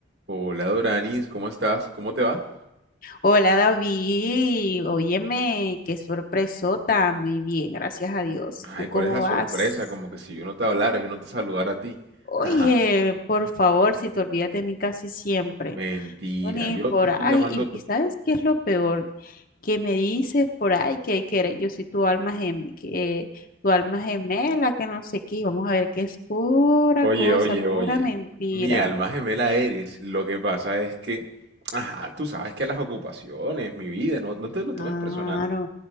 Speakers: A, on the right (about 60°); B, on the left (about 45°).
A: Hola Doranis, ¿cómo estás? ¿Cómo te va?
B: Hola David, óyeme, qué sorpresota, muy bien, gracias a Dios.
A: Ay,
B: ¿Y ¿Tú cómo
A: ¿cuál es la sorpresa?
B: vas?
A: Como que si yo no te hablara, yo no te saludara a ti.
B: Oye,
A: Ajá,
B: por favor, si te olvidas de mí casi siempre,
A: mentira,
B: no, ni
A: yo
B: por
A: te estoy
B: ahí,
A: llamando...
B: y,
A: to-
B: y ¿sabes qué es lo peor? Que me dices por ahí que, que eres- yo soy tu alma gemela, que, tu alma gemela, que no sé qué, y vamos a ver que es pura
A: Oye,
B: cosa,
A: oye,
B: pura
A: oye,
B: mentira.
A: m- mi alma gemela eres. Lo que pasa es que, ajá, tú sabes que las ocupaciones, mi vida, no, no te lo
B: Claro,
A: tomes personal.